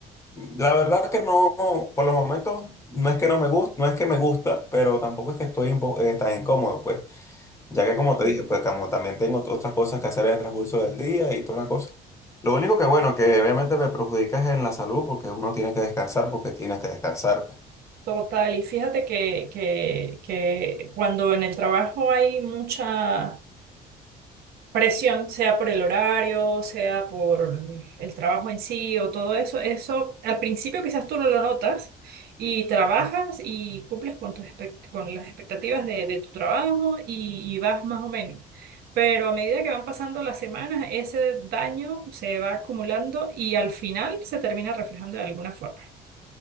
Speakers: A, on the left (about 15°); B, on the right (about 65°).
A: la verdad que no, por los momentos, no es que no me gusta, no es que me gusta, pero tampoco es que estoy impo- eh, tan incómodo, pues. Ya que como te dije, pues como también tengo ot- otras cosas que hacer en el transcurso del día y todas las cosas. Lo único que bueno, que obviamente me perjudica es en la salud porque uno tiene que descansar porque tiene que descansar. pues.
B: Total, y fíjate que, que, que cuando en el trabajo hay mucha presión, sea por el horario, sea por el trabajo en sí o todo eso, eso al principio quizás tú no lo notas y trabajas y cumples con tus expect- con las expectativas de, de tu trabajo y, y vas más o menos. Pero a medida que van pasando las semanas, ese daño se va acumulando y al final se termina reflejando de alguna forma.